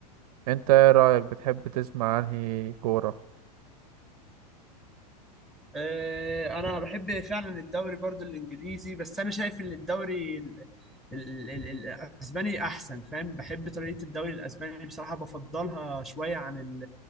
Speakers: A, on the right (about 65°); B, in the centre.
A: انت ايه رأيك بتحب تسمع انهي كورة
B: آه، انا بحب فعلا الدوري برضو الانجليزي بس انا شايف ان الدوري ال- ال- ال- الاسباني احسن فاهم بحب طريقه الدوري الاسباني بصراحه بفضلها شويه عن